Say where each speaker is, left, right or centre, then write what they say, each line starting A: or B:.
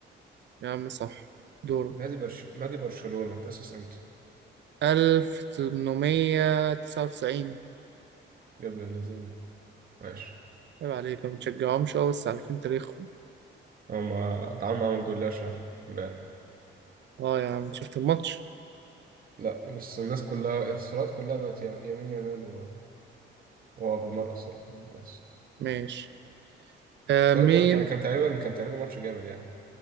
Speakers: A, on the right; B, on the right.
A: يا عم صح دورك
B: نادي برش... نادي برشلونة اتأسس امتى؟
A: 1899
B: يا ابن اللذينة ماشي
A: عيب عليك ما بتشجعهمش أوي بس عارفين تاريخهم
B: هما اتعامل معاهم جلاش امبارح
A: اه يا عم شفت الماتش
B: لا بس الناس كلها الصورات كلها بقت يم- يمين يمال و- وهو بيمرقص الناس
A: ماشي آه
B: بس كان
A: مين
B: جو... كان كان تقريبا كان تقريبا ماتش جامد يعني